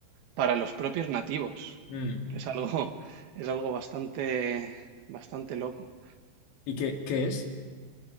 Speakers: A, on the right (about 70°); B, on the left (about 85°).
A: para los propios nativos.
B: mm.
A: Es algo, <laughs> es algo bastante, bastante loco.
B: ¿Y qué, qué es?